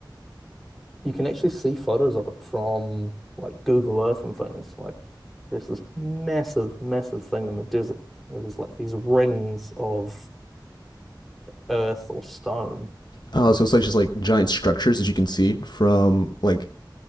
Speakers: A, in the centre; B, on the left (about 60°).
A: you can actually see photos of it from like Google Earth and things. Like there's this massive, massive thing in the desert where there's like these rings of earth or stone.
B: Oh, so it's like just like giant structures that you can see from like